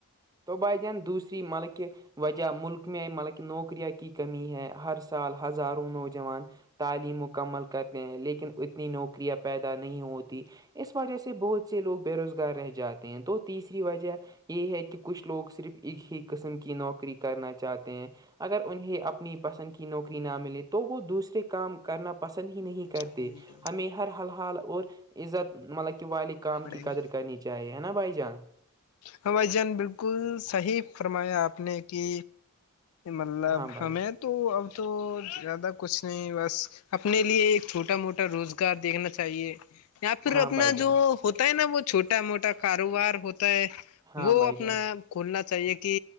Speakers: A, on the right (about 15°); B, on the left (about 65°).
A: تبجن دوسری ملکہ <unintelligible> وجہ ملک میں مطلب کہ نوکریاں کی کمی ہے ہر سال ہزاروں نوجوان تعلیم مکمل کرتے ہیں لیکن اتنی نوکریاں پیدا نہیں ہوتی اس وجہ سے بہت سے لوگ بے روزگار رہ جاتے ہیں تو تیسری وجہ یہ ہے کہ کچھ لوگ صرف ایک ہی قسم کے نوکری کرنا چاہتے ہیں اگر انہیں اپنی پسند کی نوکری نہ ملے تو وہ دوسرے کام کرنا پسند ہی نہیں کرتے
B: چار منٹ
A: ہمیں ہر حال حال اور عزت مطلب کہ والد کام
B: پڑیں
A: کی
B: گے
A: قدر کرنی چاہیے چاہے نا بائی چانس <unintelligible>
B: ہاں بھائی جان بالکل صحیح فرمایا آپ نے کہ مطلب
A: ہاں بھائی
B: ہمیں تو اب تو زیادہ کچھ نہیں بس اپنے لیے ایک چھوٹا موٹا روزگار دیکھنا چاہیے یا پھر
A: ہاں
B: اپنا
A: بھائی جان
B: جو ہوتا ہے نا وہ چھوٹا موٹا کاروبار ہوتا ہے
A: ہاں
B: وہ
A: بھائی
B: اپنا
A: جان
B: کھولنا چاہیے کہ